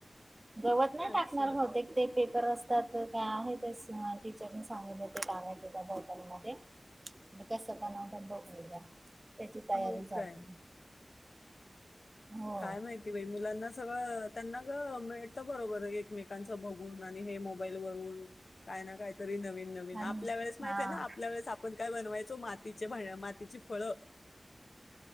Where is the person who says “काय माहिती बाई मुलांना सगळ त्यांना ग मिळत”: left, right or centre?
Left